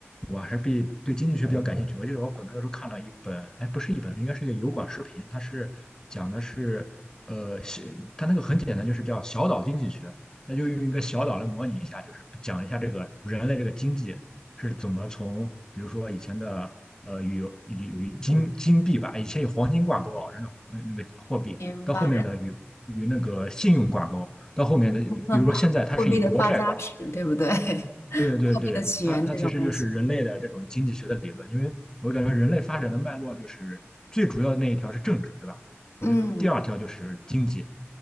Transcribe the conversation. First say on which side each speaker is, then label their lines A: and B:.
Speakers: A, on the left; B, on the left.
A: 我还是比对经济学比较感兴趣。我记得我本科的时候看了一本，哎，不是一本，应该是一个油管视频，它是讲的是呃，小它那个很简单，就是叫小岛经济学，它就用一个小岛来模拟一下，就是讲一下这个人类这个经济是怎么从，比如说以前的呃与与与金金币吧，以前有黄金挂钩啊，人的呃那个货币。
B: 明白，
A: 到后面的与与那个信用挂钩，到后面的比如说现在它是以国债挂钩。
B: <laughs> 货币的发家史，对不对？<laughs>
A: 对对对，
B: 货币的起源这种类型。
A: 它它其实就是人类的这种经济学的理论，因为我感觉人类发展的脉络就是最主要的那一条是政治，对吧？我觉得第二条就是经济，
B: 嗯，